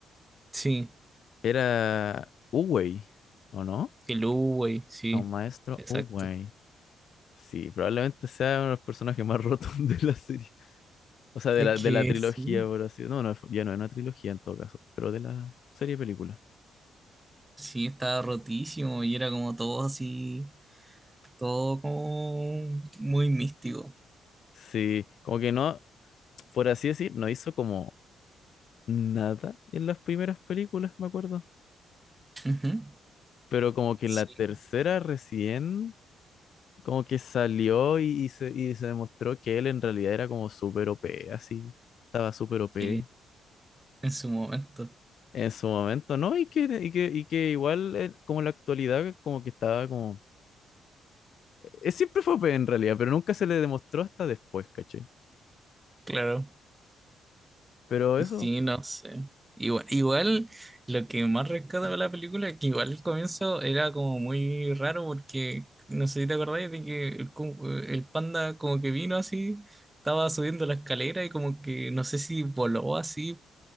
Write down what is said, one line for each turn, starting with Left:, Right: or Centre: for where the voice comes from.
Right: Sí,
Left: era Uwei, ¿o no?
Right: el Uwey, sí.
Left: A un maestro
Right: Exacto.
Left: Uwei. Sí, probablemente sea uno de los personajes más <laughs> rotos de la serie. O sea, de
Right: Es
Left: la,
Right: que
Left: de la trilogía,
Right: sí.
Left: por así No, no, ya no es una trilogía en todo caso, pero de la serie de películas.
Right: Sí, estaba rotísimo y era como todo así todo como muy místico.
Left: Sí, como que no, por así decir, no hizo como nada en las primeras películas, me acuerdo.
Right: Ujú.
Left: Pero como que
Right: Sí,
Left: en la tercera recién, como que salió y, y se, y se demostró que él en realidad era como súper OP, así. Estaba súper OP
Right: sí, en su momento,
Left: en su momento, ¿no? Y que, y que, y que igual, eh, como en la actualidad, como que estaba como... eh, siempre fue OP en realidad, pero nunca se le demostró hasta después, ¿cachai?
Right: claro.
Left: Pero
Right: Sí,
Left: eso.
Right: no sé. Igual, igual lo que más rescato de la película es que igual el comienzo era como muy raro porque no sé si te acordáis de que el, cu- el panda como que vino así, estaba subiendo la escalera y como que no sé si voló así